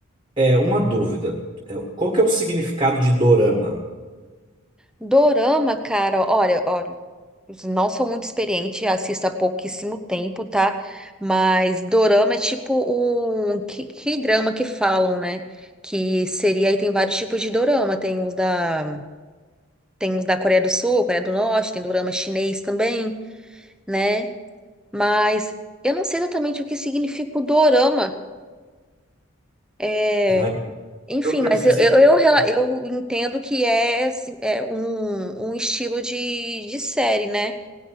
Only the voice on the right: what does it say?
É, uma dúvida. É, Qual que é o significado de dorama?
Ah,
é um termo
específico.